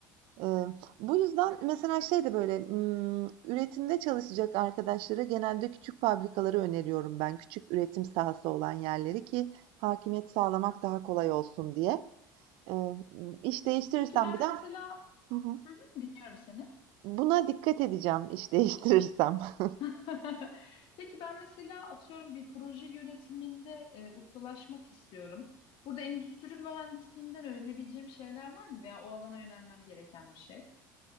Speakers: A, on the right (about 60°); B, on the left (about 55°).
A: Eee, bu yüzden mesela şey de böyle, ımm, üretimde çalışacak arkadaşlara genelde küçük fabrikaları öneriyorum ben. Küçük üretim sahası olan yerleri ki hakimiyet sağlamak daha kolay olsun diye. Eee, iş değiştirirsem
B: Peki ben
A: bir de
B: mesela
A: Hı hı.
B: Hı hı, Dinliyorum seni.
A: Buna dikkat edeceğim iş değiştirirsem. <laughs>
B: <laughs> Peki ben mesela atıyorum bir proje yönetiminde e, ustalaşmak istiyorum. Burada endüstri mühendisliğinden öğrenebileceğim şeyler var mı veya o alana yönelmem gereken bir şey?